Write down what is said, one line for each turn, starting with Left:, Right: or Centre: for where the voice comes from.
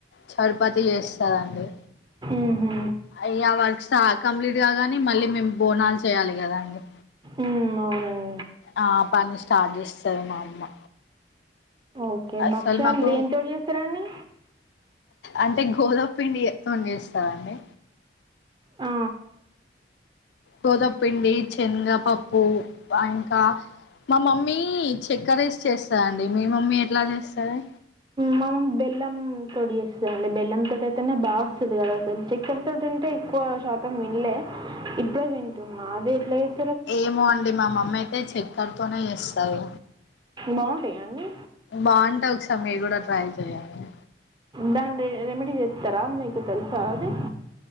Left: చరుపతి చేస్తాదండి.
Right: మ్హూ.
Left: అయ్యా వర్క్ స్ట కంప్లీట్ కాగానే మళ్ళీ మేము బోనాలు చేయ్యాలి కదా అండి!
Right: మ్మ్ అవునన్
Left: ఆ పని స్టార్ట్ చేస్తది. మా అమ్మ.
Right: ఓకే
Left: అస్సల్
Right: భక్ష్యాలు
Left: మాకు,
Right: దేనితో చేస్తారండి
Left: అంటే గోదమ్ పిండి తోని చేస్తదండి.
Right: ఆ,
Left: గోదప్ పిండి, శనగపప్పు ఇంకా మా మమ్మీ చెక్కరేస్ చేస్తదండి. మీ మమ్మీ ఎట్లా చేస్తది
Right: మా మమ్ బెల్లం తోటి చేస్తదండి. బెల్లం తోటయితేనే బాగొస్తది కదా అస్సల్ చక్కెర తోటంటే ఎక్కువ షా శాతం విన్లే. ఇప్పుడే వింటున్నా. అదే ఎట్ల చేస్
Left: ఏమో అండి. మా మమ్మీ అయితే చక్కర్తోనే చేస్తది.
Right: బాగుంటాయా అండి
Left: బాంటయ్. ఒకసారి మీర్ కూడ ట్రై చెయ్యన్
Right: దాన్ ది రెమెడీ చెప్తారా? మీకు తెలుసా అది!